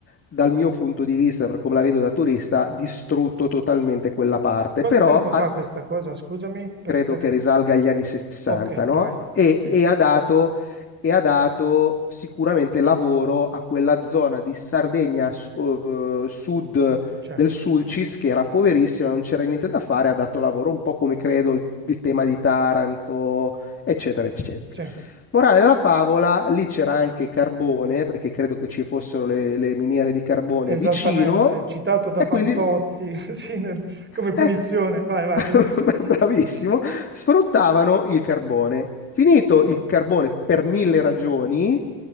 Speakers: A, on the left (about 30°); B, on the right (about 30°).
A: dal mio punto di vista, per come la vedo da turista, distrutto totalmente quella parte,
B: Quanto
A: però
B: tempo
A: ha-
B: fa questa cosa, scusami? Per-
A: credo
B: per-
A: che risalga agli anni 60,
B: Ok,
A: no?
B: vai.
A: E,
B: Sì,
A: e ha dato e ha dato sicuramente lavoro a quella zona di Sardegna s- eh, sud
B: certo.
A: del Sulcis che era poverissima, non c'era niente da fare, ha dato lavoro un po' come credo il, il tema di Taranto, eccetera, eccetera.
B: Sì,
A: Morale della favola, lì c'era anche carbone, perché credo che ci fossero le, le miniere di carbone
B: esattamente,
A: vicino,
B: citato da
A: e
B: Fantozzi,
A: quindi,
B: <laughs> sì, nel- come punizione.
A: eh,
B: Vai, vai,
A: <laughs>
B: continua. <laughs>
A: Bravissimo, sfruttavano il carbone. Finito
B: Sì.
A: il carbone per mille ragioni,